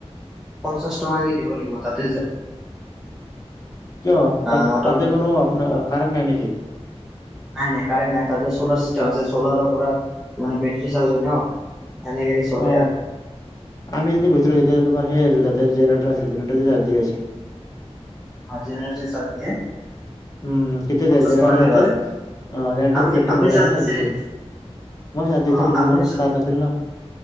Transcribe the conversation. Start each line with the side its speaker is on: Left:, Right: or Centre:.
Centre: পঞ্চাশ টকাকে দিব লাগিব তাতে যে <unintelligible>
Left: কিয় তা
Centre: নটা
Left: তাতে কোনো আপোনাৰ কাৰণ্ নাই নেকি <unintelligible>
Centre: নাই নাই কাৰেনট নাই তাতে চলাৰ চিষ্টেম আছে চলাৰৰ পৰা মান বেটাৰী চাহজ হয় ন সেনেকে চলে
Left: অ
Centre: আৰু
Left: আমি যদি গৈছিলো তেতিয়া তোমাৰ সেই আছিল তাতে <unintelligible>
Centre: <unintelligible>
Left: উম হম কেতিয়া
Centre: পঞ্চাশ
Left: য জেনেৰেটাৰ
Centre: টকাকে
Left: আছিল
Centre: লয়
Left: জেনেৰেটাৰত
Centre: আপুনি
Left: পেট্ৰল
Centre: আপুনি
Left: ভৰাইকেনে
Centre: চাৰ্জ দিছিলে
Left: দিছিল
Centre: নেকি?
Left: মই চাৰ্জ দিছিলো
Centre: অ' আপুনি
Left: মন চাৰ্জ আছিল ন